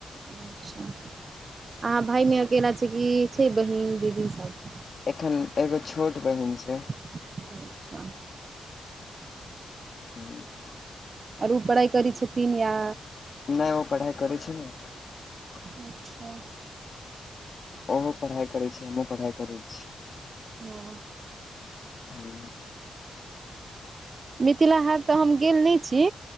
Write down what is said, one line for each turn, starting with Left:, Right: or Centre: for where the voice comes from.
Right: अच्छा अहाँ भायमे अकेला छै कि छै बहिन दीदी सभ।
Left: एखन एगो छोट बहिन छै।
Right: अच्छा।
Left: ह।
Right: आरू पढ़ाइ करैत छथिन या
Left: नहि ओ पढ़ाइ करै छै, न।
Right: अच्छा।
Left: ओहो पढ़ाइ करै छै हमहुँ पढ़ाइ करै छै।
Right: हूँ।
Left: हूँ।
Right: मिथिलाहाट तऽ हम गेल नहि छै